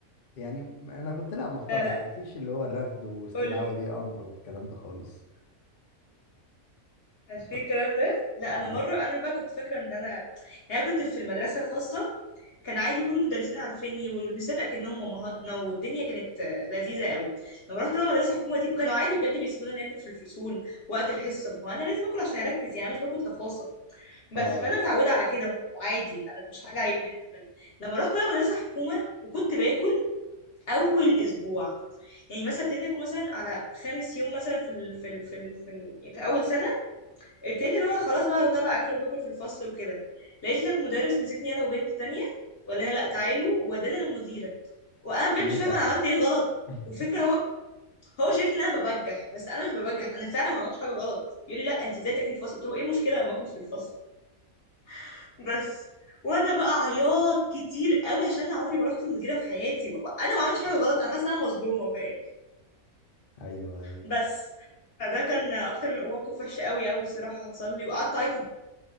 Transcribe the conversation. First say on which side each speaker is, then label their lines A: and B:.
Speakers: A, on the left; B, on the left.
A: يعني انا كنت لا محترم
B: لا لا
A: ما فيش اللي هو الرفض واستدعاء
B: قول لي
A: ولي امر والكلام ده خالص
B: مش
A: ب-
B: في الكلام ده لا
A: ب...
B: انا مره انا بقى كنت فاكره ان انا يعني انا كنت في المدرسه الخاصه كان عادي كل المدرسين عارفيني والمستات اكنهم امهاتنا والدنيا كانت آه، لذيذه قوي لما رحت بقى مدرسه حكومه دي وكانوا عادي بجد بيسيبونا ناكل في الفصول وقت الحصه ما هو انا لازم اكل عشان اركز يعني أنا مش باكل تفاصيل بس
A: اه
B: فانا متعوده على كده وعادي انا مش حاجه عيب بالنسبه لي لما رحت بقى مدرسه حكومه وكنت باكل اول اسبوع يعني مثلا ابتديت اكون مثلا على خامس يوم مثلا في ال في ال في ال في, ال يعني في اول سنه ابتديت اللي هو خلاص بقى بطلع اكل وباكل في الفصل وكده لقيت لك مدرس مسكني انا وبنت تانية ولا انا لا تعالوا وودانا للمديره وانا بجد
A: كان
B: مش
A: بتاكله
B: فاهمه انا عملت ايه غلط
A: <laughs>
B: وفكره هو هو شايفني ان انا ببجح بس انا مش ببجح انا فعلا ما عملتش حاجه غلط يقول لي لا انت ازاي تاكلي في الفصل قلت له ايه المشكله لما اكل في الفصل <laughs> بس وانا بقى عياط كتير قوي عشان انا عمري ما رحت المديره في حياتي وانا ما عملتش حاجه غلط انا حاسه ان انا مظلومه فاهم
A: ايوه ايوه
B: بس فده كان اكتر من موقف وحش قوي قوي صراحه حصل لي وقعدت اعيط